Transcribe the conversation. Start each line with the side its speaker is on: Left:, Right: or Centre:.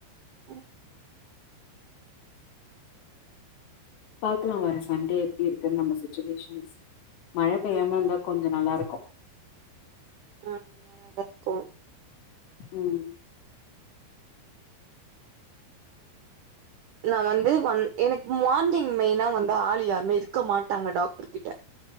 Right: ம்
Left: பாக்கலா வர சண்டே எப்டி இருக்குன்னு நம்ம சுச்சுவேஷன்ஸ் மழை பெய்யாம இருந்தா கொஞ்ச நல்லா இருக்கு
Right: அ நல்லாதா இருக்கு
Left: ம்
Right: நா வந்து ஒன் எனக் மார்னிங் மெய்னா வந்தா ஆள் யாருமே இருக்க மாட்டாங்க டாக்டர் கிட்ட